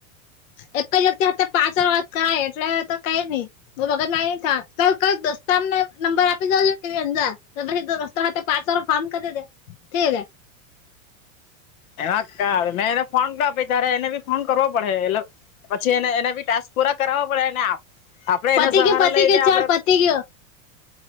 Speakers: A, on the left; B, on the left.
A: એક જ વ્યક્તિ સાથે પાછળ વાત કરાય એટલે તો કઈ નહી. બઉ મગજ મારી નઈ કરવાની સર ને સર ને નંબર આપી દઉ <unintelligible> <unintelligible> પાચ વાર ફોન કરી દે <unintelligible>
B: એમાં ત મેં એને ફોન કર ત્યારે એને બી ફોન કરવો પડે એટલે પછી એને એને બી ટાસ્ક પૂરા કર પડેને આપ આપડે એના
A: પતી
B: સહારા
A: ગયું પતી
B: લઈને
A: ગયું
B: આપડે
A: ચાલ પતી ગયું